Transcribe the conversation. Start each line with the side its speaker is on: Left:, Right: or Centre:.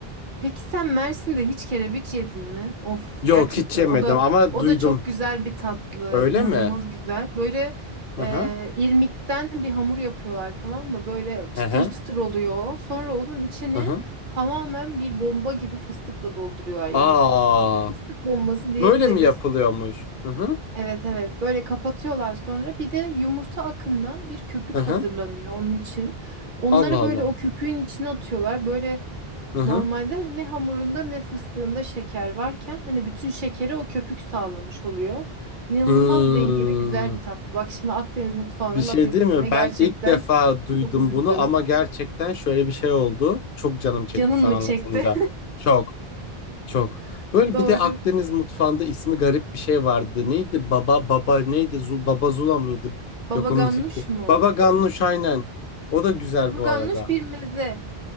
Right: Peki sen Mersin'de hiç kerebiç yedin mi? Of
Left: Yok
Right: gerçekten
Left: hiç yemedim
Right: o da
Left: ama
Right: o
Left: duydum.
Right: da çok güzel bir tatlı,
Left: Öyle
Right: inanılmaz
Left: mi?
Right: güzel. Böyle
Left: Hı
Right: e,
Left: hı.
Right: irmikten bir hamur yapıyorlar tamam mı? Böyle çıtır
Left: Hı hı.
Right: çıtır oluyor. Sonra onun içini
Left: Hı hı.
Right: tamamen bir bomba gibi fıstıkla dolduruyorlar. Yani
Left: Aa,
Right: fıt- bir fıstık bombası diyebiliriz.
Left: böyle mi yapılıyormuş? Hı hı.
Right: Evet evet böyle kapatıyorlar sonra bir de yumurta akından bir köpük
Left: Hı
Right: hazırlanıyor
Left: hı.
Right: onun için. Onları
Left: Allah Allah.
Right: böyle o köpüğün içine atıyorlar. Böyle
Left: Hı hı.
Right: Normalde ne hamurunda ne fıstığında şeker varken hani bütün şekeri o köpük sağlamış oluyor. İnanılmaz
Left: Hmm.
Right: dengeli güzel bir tatlı. Bak şimdi Akdeniz mutfağına
Left: Bir şey
Right: laf ettiğime
Left: değil mi?
Right: gerçekten
Left: Ben ilk defa duydum
Right: çok üzüldüm.
Left: bunu ama gerçekten şöyle bir şey oldu. Çok canım çekti
Right: Canın
Left: sen
Right: mı
Left: anlatınca.
Right: çekti?
Left: Çok. Çok.
Right: <laughs>
Left: Böyle
Right: Doğru.
Left: bir de Akdeniz mutfağında ismi garip bir şey vardı. Neydi? Baba baba neydi? Zul, baba Zula mıydı?
Right: Baba
Left: Yok o
Right: ganoush
Left: müzik.
Right: mu?
Left: Baba Ganouş aynen. O da güzel
Right: Baba
Left: bu
Right: ganoush
Left: arada.
Right: bir meze.